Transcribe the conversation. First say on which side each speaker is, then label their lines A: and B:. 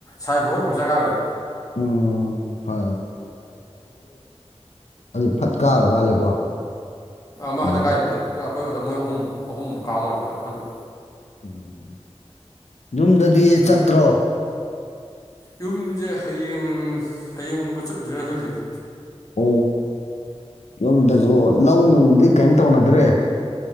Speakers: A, on the left; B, on the left.
A: ꯁꯥꯏ ꯈꯣꯕꯔ ꯄ꯭ꯔꯣꯐꯦꯁꯔ ꯀꯒ꯭ꯔꯦ꯫
B: ꯎꯝ ꯐꯥ <unintelligible> ꯐꯠ ꯀꯥꯈꯒ꯭ꯔ ꯃꯥꯜꯂꯦꯀꯣ꯫
A: ꯃꯥ
B: ꯎꯝ
A: ꯍꯟꯗꯛ ꯀꯥꯏꯅꯤ ꯄꯨꯂꯞ ꯑꯩꯈꯣꯏ ꯑꯣꯖꯥ ꯃꯣꯏ ꯑꯍꯨꯝ ꯑꯍꯨꯝ ꯀꯥ ꯃꯥꯂꯦ ꯄꯨꯂꯞ ꯍꯟꯗꯛ꯫
B: ꯎꯝ ꯌꯨꯝꯗꯗꯤ
A: ꯑꯗꯨ
B: ꯆꯠꯇ꯭ꯔꯣ꯫
A: ꯌꯨꯝꯁꯦ ꯍꯌꯦꯡ ꯍꯌꯦꯡꯒꯨꯝꯕ ꯆꯠꯂꯨꯖꯤꯔ ꯈꯜꯂꯤꯅꯦ꯫
B: ꯑꯣ ꯌꯨꯝꯗꯁꯨ ꯂꯧ ꯅꯨꯡꯗꯤ ꯀꯩꯝ ꯇꯧꯅꯗ꯭ꯔꯦ꯫